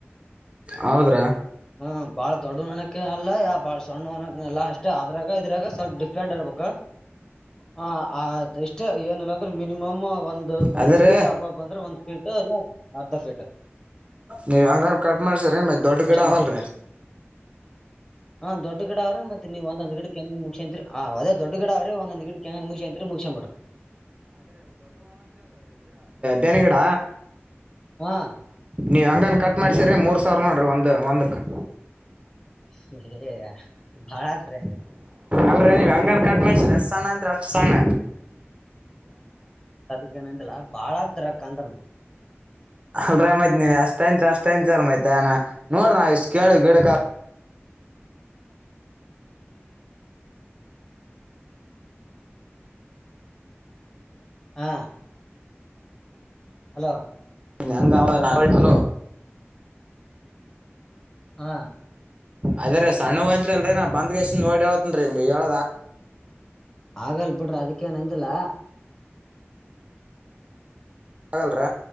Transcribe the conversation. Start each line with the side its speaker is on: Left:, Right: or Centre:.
Right: ಹೌದ್ರಿ
Left: ಹ್ಮ್ ಬಾಳ್ ದೊಡ್ಡ ಅನ್ನಕ ಅಲ್ಲ ಬಾಳ್ ಸಣ್ಣವು ಅನ್ನಾಕಲ್ಲ ಅಷ್ಟೇ ಅದ್ರಾಗ ಇದ್ರಾಗ ಸ್ವಲ್ಪ ಸ್ಂಡಬೇಕ ಹ ಅ ಇಷ್ಟ ಏನಲ್ಲ ಅಂದ್ರೆ ಮಿನಿಮಮ್ ನಿಮ್ಮ ಒಂದ ಒಂದ್
Right: ಅದ್ರಿ
Left: ಫೀಟ್ ಹಬ್ಬ ಹಬ್ ಅಂದ್ರೆ ಒಂದ್ ಫೀಟ್ ಇಲ್ಲ ಅರ್ಧ ಫೀಟ್
Right: ನೀವು ಹಂಗನ್ ಕಟ್ ಮಾಡ್ಸ್ರೀ ಮತ್ತೆ ದೊಡ್ಡ ಗಿಡ
Left: ಅಷ್ಟ್
Right: ಆ
Left: ಮಾಡ್ಬೇಕ್
Right: ಅವಲ್ರರಿ
Left: ಹಾ ದೊಡ್ ಗಿಡ ಅವ್ರೆ ಮತ್ತೆ ನೀವ ಒಂದ ಗಡ ಮುಖ್ಯಂತ್ರಿ ಹ ಅದ ದೊಡ್ ಗಿಡ ಅವ್ರೀ ಒಂದೊಂದ್ ಗಿ ಚೆಾಗ್ ಮುಗಷ ಅಂತತ್ರಿ ಮುಗಸನ್ ಮಾಡ್ರಿ
Right: ಬನಗಿಡ
Left: ಹಾ
Right: ನೀವು ಹಂಗ ಕಟ್ ಮಾಡಿ ಸರಿ ಮೂರು ಸಾವಿರ ನ ನಡರಿ ಒಂದು ಒಂದುಕ್ಕೆ
Left: ಸೇಯ ಭಾಳಾದ್ರೆ
Right: ಅಲ್ರರಿ ನೀವು ಹಂಗನ್ ಕಟ್ ಮಾಡ್ಸ ಎರಷ್ಟ ಸಣ್ಣ ಅಂದ ಅಷ್ಟ ಸಣ್ಣ
Left: ಈಗನಂದಿಲ್ಲಾ ಬಾಳ ದ್ರ ಕಂದ್ರನ
Right: ಅಲ್ೀ ಮೈತ್ ನೀವ ಅಷ್ಟ ಯನ್ತ್ ಅಷ್ಟ ಯತ್ ಅಲ್ ಮೈ್ತ್ ಅನಾ ನೋಡ್ರ ನ ಇಷ್ಟ್ ಕೇಳಿ ಗಿಡಕ
Left: ಹಾ ಹಲೋ
Right: ಂಗ ನಾಗಲ
Left: ಹಾ
Right: ಅದ್ರೀ ಸಣ್ಣ ಹಯಂತ್ರಿಲ್ರರಿ ನಾ ಬಂದ್ಗೆ ಎಷ್ಟ್ ನೋಡಿ ಹೇಳತನ್ರಿ ಹೇಳದ
Left: ಆಗಲ್ ಬಿಡ್ರಿ ಅದಕ್ಕ ನಂದಿಲ್ಲ
Right: ಪಾಗಲ್ ರ